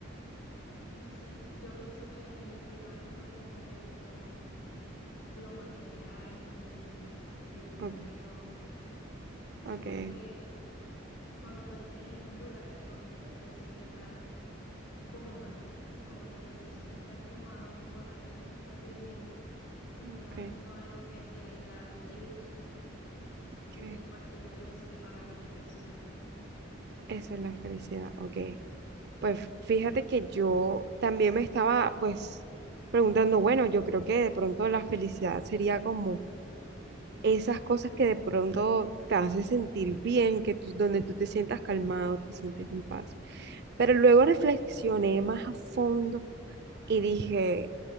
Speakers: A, on the left; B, on the right.
A: no sé, yo pienso que la felicidad no tiene que ver con lo material ni el dinero,
B: Ok,
A: sino
B: ok,
A: que cuando tú estés en un lugar donde tú te sientas cómoda con las decisiones que has tomado, con la vida que estás viviendo, que estás
B: ok,
A: haciendo algo que en realidad te guste
B: ¿qué?
A: y te importe. Yo pienso que para mí eso es la felicidad.
B: Eso es la felicidad, ok. Pues fíjate que yo también me estaba pues preguntando, bueno, yo creo que de pronto la felicidad sería como esas cosas que de pronto te hacen sentir bien, que tú- donde tú te sientas calmado, te sientes en paz. Pero luego reflexioné más a fondo y dije,